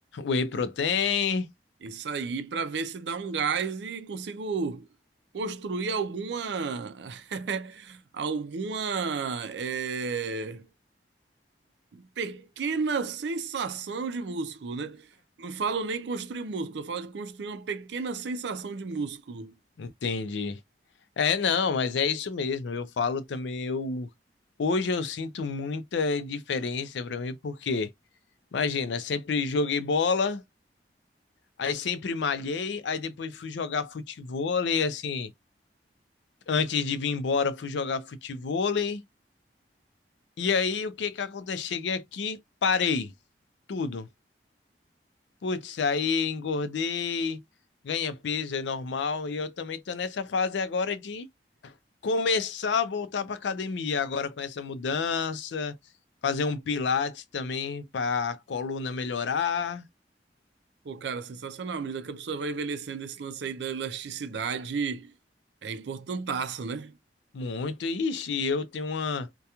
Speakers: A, on the left; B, on the right.
A: Whey protein,
B: Isso aí, para ver se dá um gás e consigo construir alguma <laughs> alguma é, pequena sensação de músculo, né? Não falo nem construir músculo, eu falo de construir uma pequena sensação de músculo.
A: entendi. É, não, mas é isso mesmo. Eu falo também, eu hoje eu sinto muita diferença pra mim porque Imagina, sempre joguei bola, aí sempre malhei, aí depois fui jogar futevôlei, assim, antes de vir embora fui jogar futevôlei. E aí o que que acontece? Cheguei aqui, parei tudo. Putz, aí engordei, ganha peso, é normal, e eu também tô nessa fase agora de começar a voltar pra academia, agora com essa mudança, fazer um pilates também para coluna melhorar
B: Pô, cara, sensacional. À medida que a pessoa vai envelhecendo, esse lance aí da elasticidade é importantaço, né?
A: muito. Ixi, eu tenho uma